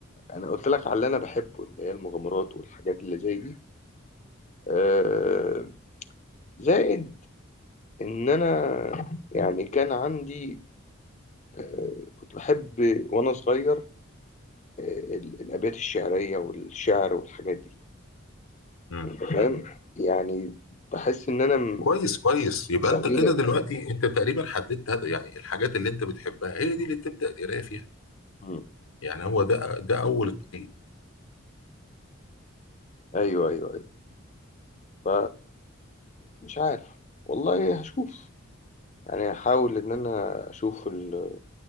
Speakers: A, on the left; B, on the left.
A: أنا قلت لك على اللي أنا بحبه اللي هي المغامرات والحاجات اللي زي دي آه، زائد إن أنا يعني كان عندي آه، كنت بحب وأنا صغير ال- الأبيات الشعرية والشعر والحاجات دي
B: مم.
A: أنت فاهم؟
B: مم.
A: يعني بحس إن أنا م-
B: كويس كويس يبقى
A: زميل
B: انت كده
A: الأمانة.
B: دلوقتي انت تقريبا حددت هذا يعني الحاجات اللي انت بتحبها هي دي اللي تبدأ القراءة فيها
A: مم.
B: يعني هو ده ده اول الطريق
A: أيوه أيوه أيوه ف مش عارف والله هشوف يعني هحاول إن أنا أشوف ال...